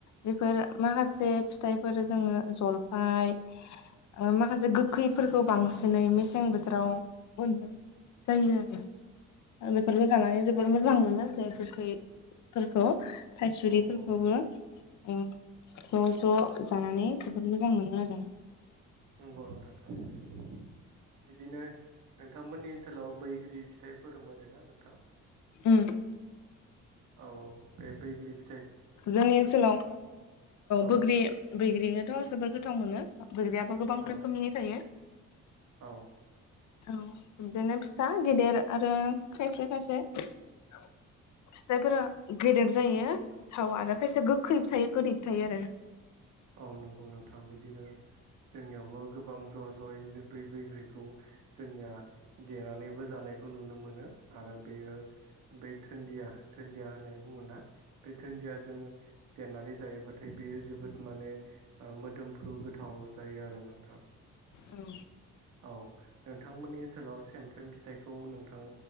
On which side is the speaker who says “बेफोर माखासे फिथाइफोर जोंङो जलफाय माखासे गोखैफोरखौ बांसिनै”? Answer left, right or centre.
Left